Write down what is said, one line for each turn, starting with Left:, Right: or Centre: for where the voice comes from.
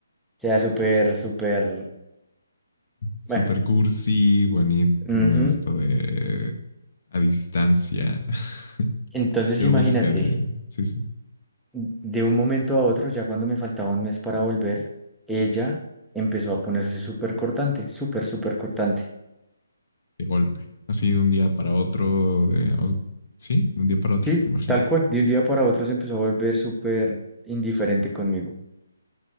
Centre: sea, súper, súper,
Left: Super
Centre: bueno.
Left: cursi, bonito
Centre: ujú.
Left: esto de a distancia. <laughs>
Centre: Entonces,
Left: Luego
Centre: imagínate.
Left: me hice esa de, sí, sí,
Centre: De un momento a otro, ya cuando me faltaba un mes para volver, ella empezó a ponerse súper cortante, súper, súper cortante.
Left: de golpe. Así de un día para otro, de, o- sí, de un día para otro,
Centre: Sí,
Left: me imagino.
Centre: tal cual. De un día para otro se empezó a volver súper indiferente conmigo.